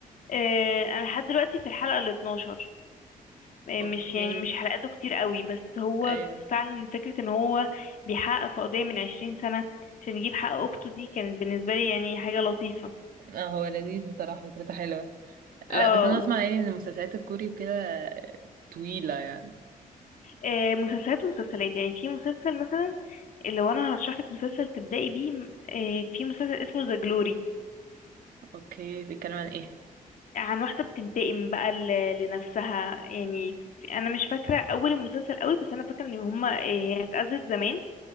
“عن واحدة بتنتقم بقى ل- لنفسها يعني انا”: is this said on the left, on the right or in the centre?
Left